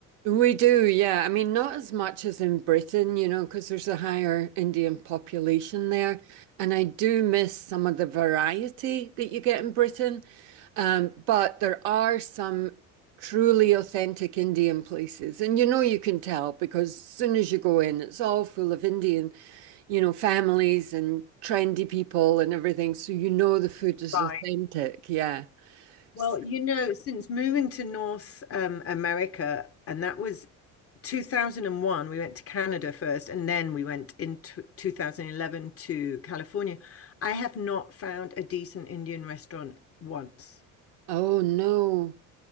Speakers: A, on the right (about 70°); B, on the left (about 35°).
A: We do, yeah. I mean, not as much as in Britain, you know, because there's a higher Indian population there. And I do miss some of the variety that you get in Britain. Um, but there are some truly authentic Indian places. And you know, you can tell because as soon as you go in, it's all full of Indian you know, families and trendy people and everything. So you know the food is
B: Right.
A: authentic. Yeah.
B: Well,
A: S-
B: you know, since moving to North um, America, and that was 2001, we went to Canada first, and then we went in t 2011 to California. I have not found a decent Indian restaurant once.
A: Oh no.